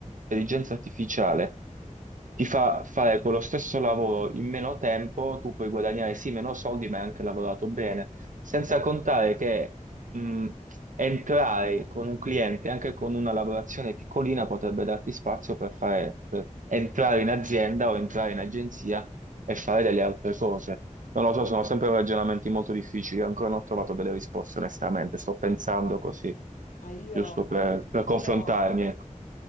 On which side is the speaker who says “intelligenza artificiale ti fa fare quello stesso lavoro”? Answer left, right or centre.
Right